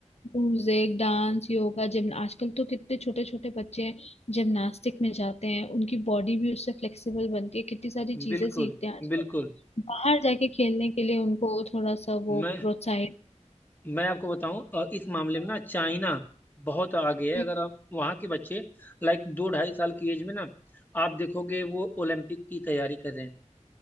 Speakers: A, on the left; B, on the left.
A: music dance yoga gym आजकल तो कितने छोटे छोटे बच्चे हैं जिमनास्टिक में जाते हैं उनकी बॉडी भी उससे फ्लेक्सिबल बनती है कितनी सारी चीजें
B: बिल्कुल
A: सीखते हैं आजकल
B: बिल्कुल
A: बाहर जाके खेलने के लिए उनको थोड़ा सा
B: मैं
A: वो प्रोत्साहित
B: मैं आपको बताऊं अ, इस मामले में ना चाइना बहुत आगे है
A: हम्म,
B: अगर आप वहाँ के बच्चे लाइक दो ढाई साल की एज में ना आप देखोगे वो ओलंपिक की तैयारी कर रहे हैं